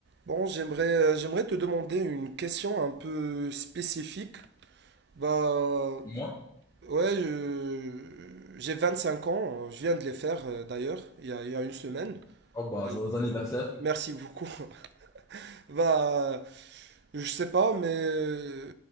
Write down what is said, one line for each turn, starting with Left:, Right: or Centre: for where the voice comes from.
Right: Bon, j'aimerais euh, j'aimerais te demander une question un peu spécifique. Bah,
Left: Moi?
Right: ouais, je- j'ai cinq ans, je viens de les faire euh, d'ailleurs, il y a, il y a une semaine.
Left: Oh bah,
Right: Euh,
Left: joyeux anniversaire.
Right: merci beaucoup. <laughs> Bah, je sais pas, mais euh,